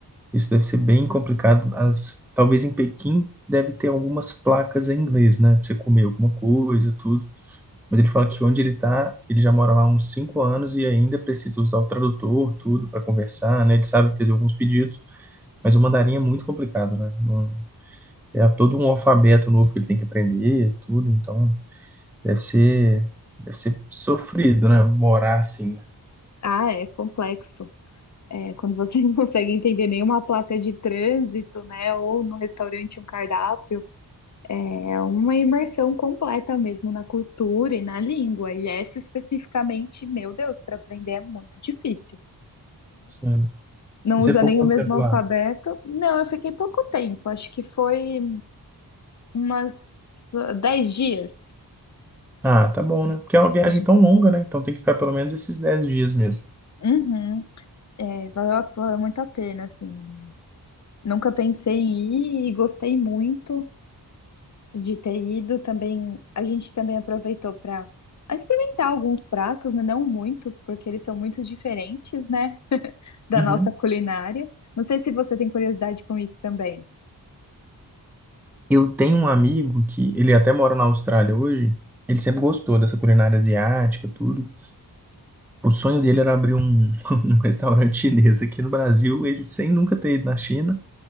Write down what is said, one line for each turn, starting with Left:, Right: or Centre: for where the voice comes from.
Centre: isso deve ser bem complicado. As, talvez em Pequim deve ter algumas placas em inglês, né? Pra você comer alguma coisa, tudo. Mas ele fala que onde ele tá, ele já mora lá há uns cinco anos e ainda precisa usar o tradutor, tudo, para conversar, né? Ele sabe fazer alguns pedidos, mas o mandarim é muito complicado, né? Não- é todo um alfabeto novo que ele tem que aprender, tudo, então deve ser, deve ser sofrido, né? Morar assim, né?
Left: Ah, é complexo. É, quando você <laughs> não consegue entender nenhuma placa de trânsito, né? Ou no restaurante um cardápio, é uma imersão completa mesmo na cultura e na língua. E essa especificamente, meu Deus, para aprender é muito difícil.
Centre: Sim.
Left: Não
Centre: E você
Left: usa
Centre: ficou
Left: nem
Centre: quanto
Left: o mesmo
Centre: tempo
Left: alfabeto.
Centre: lá?
Left: Não, eu fiquei pouco tempo, acho que foi umas ah, 10 dias
Centre: Ah, tá bom, né? Porque é uma viagem
Left: que a gente
Centre: tão
Left: ficou.
Centre: longa, né? Então tem que ficar pelo menos esses dez dias mesmo.
Left: Uhum. É, valeu, a- valeu muito a pena, assim. Nunca pensei em ir e gostei muito. de ter ido também, a gente também aproveitou para experimentar alguns pratos, né? Não muitos, porque eles são muito diferentes, né, da
Centre: Uhum.
Left: nossa culinária. Não sei se você tem curiosidade com isso também.
Centre: Eu tenho um amigo que ele até mora na Austrália hoje. Ele sempre gostou dessa culinária asiática, tudo. O sonho dele era abrir um, <laughs> um restaurante chinês aqui no Brasil, ele sem nunca ter ido na China,